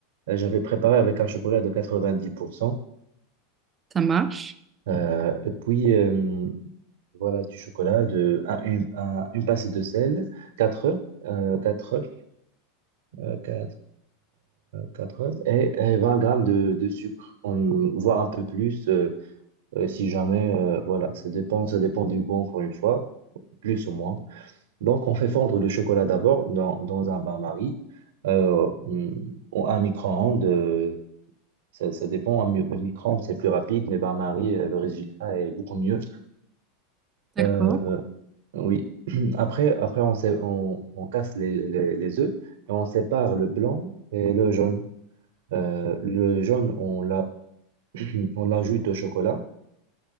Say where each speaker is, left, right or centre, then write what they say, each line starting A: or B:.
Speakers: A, on the right (about 80°); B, on the right (about 20°).
A: euh, j'avais préparé avec un chocolat de 90%.
B: Ça marche.
A: Euh, et puis, euh, voilà, du chocolat, de, un- une, un- une pincée de sel, 4 œufs, euh, 4 œufs, euh, quatre- quatre œufs, et, et 20 grammes de, de sucre, on, voire un peu plus, euh, euh, si jamais, euh, voilà, ça dépend, ça dépend du goût, encore une fois, plus ou moins. Donc, on fait fondre le chocolat d'abord dans, dans un bain-marie, euh, mm, ou un micro-ondes, euh, ça, ça dépend, un mi- le micro-ondes, c'est plus rapide, mais bain-marie, euh, le résultat est beaucoup mieux.
B: D'accord.
A: Euh, Oui. <clears throat> Après, après on, sait- on, on casse les, les, les œufs et on sépare le blanc et le jaune. Euh, le jaune, on l'a, <clears throat> on l'ajoute au chocolat.